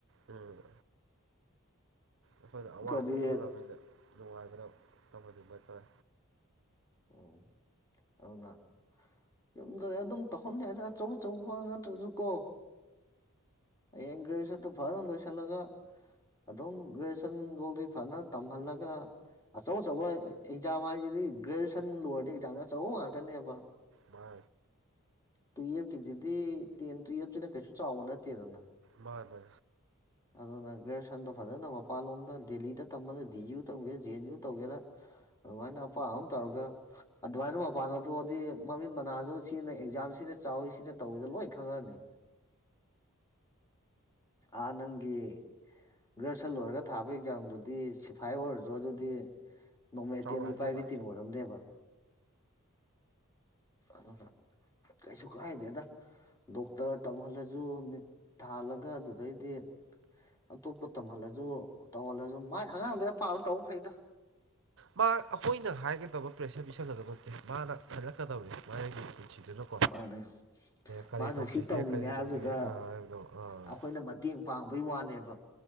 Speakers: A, on the right; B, on the left.
A: ꯎꯝ ꯑꯈꯣꯏꯅ ꯑꯋꯥꯕꯗꯨ
B: ꯀꯔꯤ
A: ꯈꯪꯉꯃꯤꯅ ꯅꯨꯡꯉꯥꯏꯕꯗ ꯇꯝꯍꯟꯅꯤꯡꯕ ꯍꯥꯏꯇꯥꯔꯦ
B: ꯑꯣ ꯑꯗꯨꯅ ꯌꯨꯝꯗ ꯑꯗꯨꯝ ꯇꯧꯍꯟꯅꯤꯡꯦ ꯍꯥꯏꯗꯦ ꯑꯆꯧ ꯑꯆꯧꯕ ꯅꯠꯇ꯭ꯔꯁꯨ ꯀꯣ ꯌꯦꯡꯒꯁꯗ ꯐꯔ ꯂꯣꯁꯂꯒ ꯑꯗꯨꯝ ꯒ꯭ꯔꯦꯖꯨꯌꯦꯁꯟ ꯐꯧꯗꯤ ꯐꯖꯅ ꯇꯝꯍꯜꯂꯒ ꯑꯆꯧ ꯑꯆꯧꯕ ꯑꯦꯛꯖꯥꯝ ꯍꯥꯏꯁꯤꯗꯤ ꯒ꯭ꯔꯦꯖꯨꯑꯦꯁꯟ ꯂꯣꯏꯔꯗꯤ ꯑꯦꯛꯖꯥꯝꯅꯦ ꯑꯆꯧꯕ ꯉꯥꯛꯇꯅꯦꯕ
A: ꯁ
B: ꯇꯨꯌꯦꯜꯐꯀꯤꯁꯤꯗꯤ ꯇꯦꯟ ꯇꯨꯌꯦꯜꯞꯁꯤꯅ ꯀꯩꯁꯨ ꯆꯥꯎꯕ ꯅꯠꯇꯦꯗꯅ
A: ꯃꯥꯅꯦ
B: ꯑꯗꯨꯅ ꯒ꯭ꯔꯦꯖꯨꯑꯦꯁꯟꯗꯣ ꯐꯖꯅ ꯃꯄꯥꯟ ꯂꯣꯝꯗ ꯗꯦꯜꯂꯤꯗ ꯇꯝꯕꯗ ꯗꯤ ꯏꯨ ꯇꯝꯒꯦꯔꯥ ꯖꯦ ꯑꯦꯟ ꯏꯨ ꯇꯧꯒꯦꯔꯥ ꯑꯗꯨꯃꯥꯏꯅ ꯑꯄꯥ ꯑꯝ ꯇꯧꯔꯒ ꯑꯗꯨꯃꯥꯏꯅ ꯃꯄꯥꯟꯗ ꯊꯣꯛꯑꯗꯤ ꯃꯃꯤꯠ ꯃꯅꯥꯁꯨ ꯁꯤꯖꯤꯅ ꯑꯦꯛꯖꯥꯝ ꯁꯤ ꯆꯥꯎꯋꯤ ꯁꯤꯅ ꯇꯧꯋꯤꯗ ꯂꯣꯏ ꯈꯪꯉꯅꯤ ꯑ ꯅꯪꯒꯦ ꯒ꯭ꯔꯦꯖꯨꯑꯌꯦꯁꯟ ꯂꯣꯏꯔꯒ ꯊꯥꯕ ꯑꯦꯛꯖꯥꯝꯗꯨꯗꯤ ꯁꯤꯐꯥꯏ ꯑꯣꯏꯔꯁꯨ ꯑꯗꯨꯗꯤ ꯅꯣꯡꯃꯩ ꯑꯇꯦꯟꯕꯤ
A: ꯆꯥꯎꯔꯛꯑꯅꯦꯕ
B: ꯄꯥꯏꯕꯤ ꯇꯤ ꯑꯣꯏꯔꯝꯅꯦꯦꯕ ꯑ ꯀꯩꯁꯨ ꯀꯥꯏꯅꯦꯗꯥ ꯗꯣꯛꯇꯔ ꯇꯂ ꯁꯨꯠ ꯊꯥꯜꯂꯒ ꯑꯗꯨꯗꯩꯗꯤ ꯑꯇꯣꯞꯄ ꯇꯝꯍꯜꯂꯁꯨ ꯇꯧꯍꯜꯂꯁꯨ ꯃꯥꯏ ꯑꯉꯥꯡꯗꯨꯗ ꯄꯥꯕ ꯇꯧꯕ ꯐꯩꯗ
A: ꯃꯥ ꯑꯩꯈꯣꯏꯅ ꯍꯥꯏꯒꯗꯕ ꯄ꯭ꯔꯦꯁꯔ ꯄꯤꯁꯟꯒꯗꯕ ꯅꯠꯇꯦ ꯃꯥꯅ ꯍꯜꯂꯛꯀꯗꯕꯅꯤ ꯃꯥꯒꯤ ꯄꯨꯟꯁꯤꯗꯨꯅꯀꯣ
B: ꯃꯥꯅꯦ
A: ꯀꯔꯤ
B: ꯃꯥꯅ
A: ꯇꯧꯁꯤꯒꯦ
B: ꯁꯤ ꯇꯧꯅꯤꯡꯉꯦ
A: ꯀꯔꯤ
B: ꯍꯥꯏꯕꯗꯨꯗ
A: ꯇꯧꯁꯤꯒꯦ ꯍꯥꯏꯕꯗꯣ ꯑꯥ
B: ꯑꯩꯈꯣꯏꯅ ꯃꯇꯦꯡ ꯄꯥꯡꯕꯩ ꯋꯥꯅꯦꯕ